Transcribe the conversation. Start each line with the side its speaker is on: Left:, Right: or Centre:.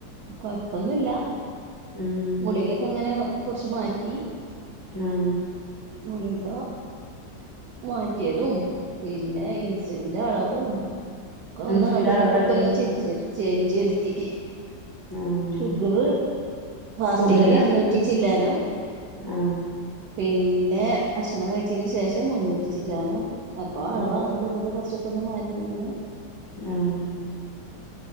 Right: കൊയ്പ്പൊന്നുല്ല
Left: ഉം
Right: ഗുളികൊക്കെങ്ങനെ കൊർച്ച് മാറ്റി
Left: ആഹ്
Right: ഗുളിക മാറ്റ്യേതും പിന്നെ ഇൻസ്ലിന്റെ അളവും ഒക്കെ ഒന്ന്
Left: അൻസിന്റെ
Right: അങ്ങട്ടുങ്ങട്ടൊക്കെ
Left: അളവ് എന്തേ
Right: ഒന്ന് ചേഞ് ചേഞ്ച് വെര്ത്തി
Left: ആഹ്
Right: ഷുഗർ ഫാസ്റ്റിങ്ങില്
Left: കൂടുതലാ
Right: ഇരുന്നൂറ്റി ചില്ലാനും
Left: ആഹ്
Right: പിന്നെ ഭശ്ണം കഴിചീന് ശേഷം മുന്നൂറ്റി ചില്ലാനും അപ്പൊ അളവങ്ങട്ട്
Left: ഉം
Right: ട്ടുംങ്ങട്ടും കുറച്ചൊക്കെ ഒന്ന് മാറ്റിക്ക്ണ്
Left: ആഹ്